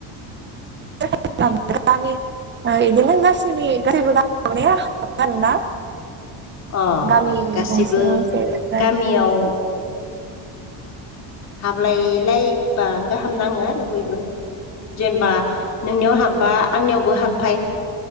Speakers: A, on the left; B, on the right.
A: <inaudible>
B: <unintelligible> गामि ओ इदिनो गासिनि गैबो <unintelligible> आरोना।
A: अ
B: गामि
A: गासिबो
B: गंसेयाव जेरै
A: गामियाव हाबलायलाय बा गाहाम नाङो आरो बयबो जेनबा नोंनियाव हाब बा आंनियावबो हाबफाय